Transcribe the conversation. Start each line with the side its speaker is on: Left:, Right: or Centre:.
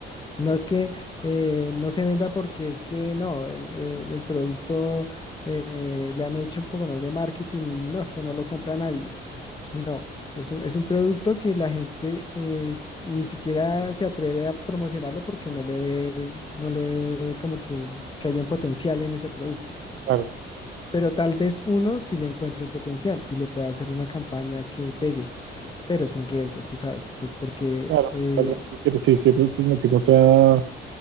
Left: No es que eh, no se venda porque es que no, es, eh, el producto eh, le han hecho un poco ¿no? de marketing y no, eso no lo compra nadie. No, es un, es un producto que la gente eh, ni siquiera se atreve a promocionarlo porque no le ve, no le ve como que, que haya un potencial en ese producto.
Right: Claro,
Left: Pero tal vez uno sí le encuentre un potencial y le pueda hacer una campaña que pegue, pero es un riesgo, tú sabes, pues porque
Right: claro,
Left: eh,
Right: ahí está el reto, que sí, que no, que no sea.